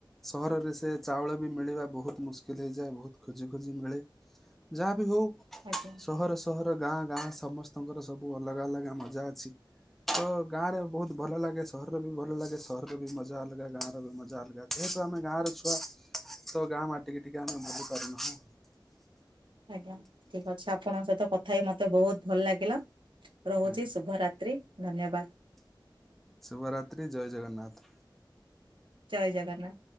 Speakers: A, in the centre; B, on the right.
A: ସହରରେ ସେ ଚାଉଳ ବି ମିଳିବା ବହୁତ ମୁସ୍କିଲ ହେଇଯାଏ ବହୁତ ଖୋଜି ଖୋଜି ମିଳେ। ଯାହା ବି ହଉ
B: ଆଜ୍ଞା।
A: ସହର ସହର ଗାଁ ଗାଁ ସମସ୍ତଙ୍କର ସବୁ ଅଲଗା ଅଲଗା ମଜା ଅଛି। ତ ଗାଁ ରେ ବହୁତ ଭଲ ଲାଗେ ସହରର ବି ଭଲ ଲାଗେ ସହରରେ ବି ମଜା ଅଲଗା ଗାଁ ର ବି ମଜା ଅଲଗା। ଯେହେତୁ ଆମେ ଗାଁ ର ଛୁଆ ତ ଗାଁ ମାଟିକି ଟିକେ ଆମେ ଭୁଲି ପାରୁନାହୁଁ।
B: ଆଜ୍ଞା ଠିକ ଅଛି ଆପଣଙ୍କ ସହିତ କଥା ହେଇ ମତେ ବହୁତ ଭଲ ଲାଗିଲ। ରହୁଚି
A: ଆଜ୍ଞା
B: ଶୁଭରାତ୍ରି ଧନ୍ୟବାଦ।
A: ଶୁଭରାତ୍ରି ଜୟ ଜଗନ୍ନାଥ।
B: ଜୟ ଜଗନ୍ନାଥ।